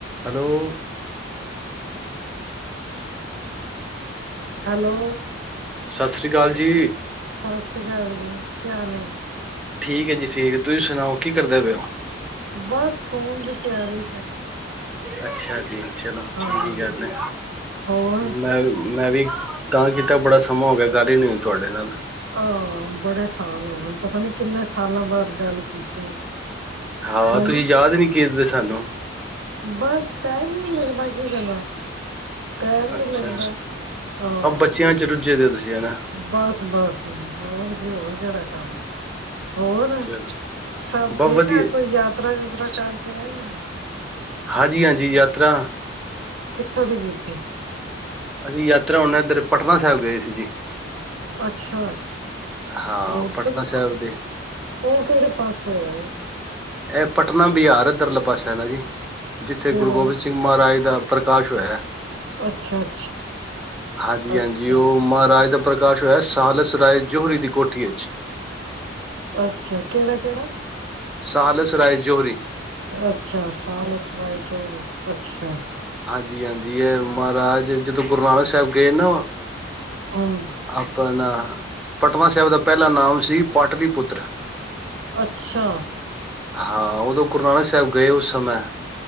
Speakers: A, in the centre; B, on the right.
A: Hello
B: hello
A: ਸਤਿ ਸ਼੍ਰੀ ਅਕਾਲ ਜੀ
B: ਸਤਿ ਸ੍ਰੀ ਅਕਾਲ ਜੀ ਕੀ ਹਾਲ
A: ਠੀਕ ਹੈ ਜੀ ਠੀਕ ਹੈ ਤੁਸੀਂ ਸੁਣਾਓ ਕੀ ਕਰਦੇ ਪਏ ਹੋ
B: ਬਸ ਸਣ ਦੀ ਤਿਆਰੀ
A: ਅੱਛਾ ਜੀ ਚਲੋ
B: ਹਾਂ
A: ਚੰਗੀ ਗੱਲ ਹੈ
B: ਹੋਰ
A: ਮੈਂ ਮੈਂ ਵੀ ਤਾਂ ਕਿ ਕੀਤਾ ਬੜਾ ਸਮਾਂ ਹੋ ਗਿਆ ਗੱਲ ਹੀ ਨੀ ਤੁਹਾਡੇ ਨਾਲ
B: ਆਹ ਬੜੇ ਸਾਲ ਹੋ ਗਏ ਪਤਾ ਨੀ ਕਿੰਨੇ ਸਾਲਾਂ ਬਾਅਦ ਗੱਲ ਕੀਤੀ
A: ਹਾਂ
B: ਹਨਾ
A: ਤੁਸੀਂ ਯਾਦ ਹੀ ਨੀ ਕੀਰਦੇ ਸਾਨੂੰ
B: ਬਸ ਟਾਇਮ ਨ ਲੱਗਦਾ ਕੀ ਕਰਨਾ ਟੈਮ
A: ਅੱਛਾ
B: ਨੀ ਲੱਗਦਾ ਹਾਂ
A: ਬੱਚਿਆਂ ਚ ਰੁੱਝੇ ਦੇ ਹੋ ਤੁਸੀਂ ਹਨਾ
B: ਬਸ ਬਸ ਹੋਰ ਇਹ ਹੋਰ ਕਿਹੜਾ ਕੰਮ ਹੋਰ
A: ਚਲੋ
B: ਸਭ
A: ਬਹੁਤ
B: ਠੀਕ
A: ਵਧੀਆ
B: ਠ ਕੋਈ ਯਾਤਰਾ ਯੂਤਰਾ ਕਰਕੇ ਨਹੀਂ
A: ਹਾਂਜੀ ਹਾਂਜੀ ਯਾਤਰਾ
B: ਕਿੱਥੋਂ ਦੀ ਕੀਤੀ
A: ਅਸੀਂ ਯਾਤਰਾ ਆਨਾ ਇੱਧਰ ਪਟਨਾ ਸਾਹਿਬ ਗਏ ਸੀ ਜੀ
B: ਅੱਛਾ
A: ਹਾਂ
B: ਉਧਰ
A: ਪਟਨਾ ਸਾਹਿਬ ਦੇ
B: ਉਹ ਕਿਹੜੇ ਪਾਸੇ ਹੈ
A: ਇਹ ਪਟਨਾ ਬਿਹਾਰ ਇੱਧਰਲੇ ਪਾਸੇ ਨਾ ਜੀ ਜਿੱਥੇ
B: ਕਿਹੜਾ
A: ਗੁਰੂ ਗੋਬਿੰਦ ਸਿੰਘ ਮਹਾਰਾਜ ਦਾ ਪ੍ਰਕਾਸ਼ ਹੋਇਆ
B: ਅੱਛਾ ਅੱਛਾ
A: ਹਾਂਜੀ
B: ਅੱਛਾ
A: ਹਾਂਜੀ ਉਹ ਮਹਾਰਾਜ ਦਾ ਪ੍ਰਕਾਸ਼ ਹੋਇਆ ਸਾਲਸ ਰਾਏ ਜੋਹਰੀ ਦੀ ਕੋਠੀ
B: ਅੱਛਾ ਕਿਹੜਾ ਕਿਹੜਾ
A: ਸਾਾਹਲਸ ਰਾਏ ਜੋਹਰੀ
B: ਅੱਛਾ ਸਾਲਸ ਰਾਏ ਜੋੜ ਅੱਛਾ
A: ਜੀ ਹਾਂਜੀ ਹੈ ਮਹਾਰਾਜ ਜਦੋਂ ਗੁਰੂ ਨਾਨਕ ਸਾਹਿਬ ਗਏ ਨਾ
B: ਹਮ
A: ਅਪਨਾ ਪਟਨਾ ਸਾਹਿਬ ਦਾ ਪਹਿਲਾ ਨਾਮ ਸੀ ਪਾਟਲੀ ਪੁੱਤਰ
B: ਅੱਛਾ
A: ਹਾਂ ਉਦੋਂ ਗੁਰੂ ਨਾਨਕ ਸਾਹਿਬ ਗਏ ਉਸ ਸਮੇਂ